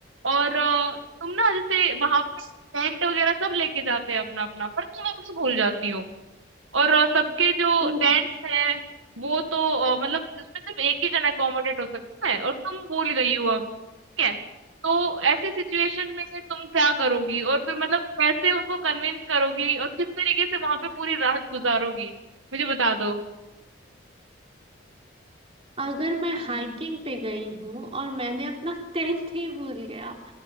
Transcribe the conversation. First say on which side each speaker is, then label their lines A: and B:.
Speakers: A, on the right; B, on the right.
A: और अ, तुम ना जैसे वहां पर टेंट वगैरह सब लेके जाते हैं अपना अपना पर तुम अपना भूल जाती हो और अ, सबके जो
B: ओ,
A: टेंट्स हैं वो तो अ, मतलब उसमें सिर्फ एक ही जना अकोमोडेट हो सकता है और तुम भूल गई हो अब ठीक है तो ऐसी सिचुएशन में फिर तुम क्या करोगी और फिर मतलब कैसे उनको कन्विंस करोगी और किस तरीके से वहां पे पूरी रात गुजारोगी मुझे बता दो
B: अगर मैं हाइकिंग पे गई हूँ और मैंने अपना टेंट ही भूल गया